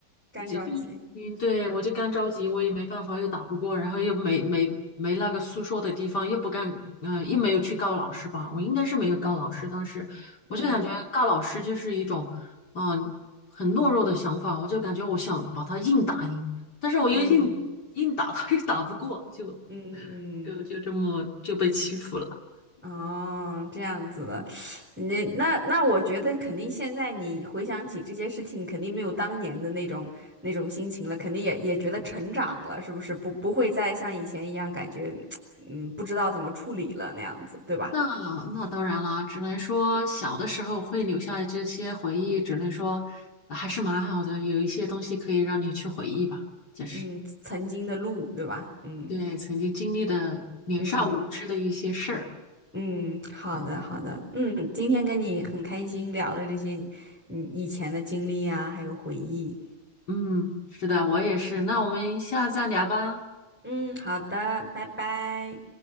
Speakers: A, in the centre; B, on the left.
A: 干着急。
B: 这这个事情，对，我就干着急，
A: 嗯
B: 我也没办法，又打不过，然后又没没没那个诉说的地方，又不敢，嗯、又没有去告老师吧，我应该是没有告老师，当时我就感觉告老师就是一种，
A: 嗯
B: 嗯、很懦弱的想法，我就感觉我想把他硬打赢，但是我又硬硬打他又打不过，
A: 嗯
B: 就。
A: 嗯嗯，
B: 就就这么就被欺负了。
A: 哦，这样子的，你那那我觉得肯定现在你回想起这些事情，肯定没有当年的那种那种心情了，肯定也也觉得成长了，是不是？不不会再像以前一样感觉，<tsk> 嗯，不知道怎么处理了那样子，对吧？
B: 那那当然啦，只能说小的时候会留下这些回忆，只能说还是蛮好的，有一些东西可以让你去回忆吧，就是
A: 嗯，曾经的路，对吧？嗯
B: 对曾经经历的年少无知的一些事儿。
A: 嗯嗯，好的好的，
B: 对，
A: 嗯，今天跟你很开心聊了这些，嗯，以前的经历啊，还有回忆。
B: 嗯，是的，我也是。那我们下次再聊吧。
A: 嗯，好的，拜拜。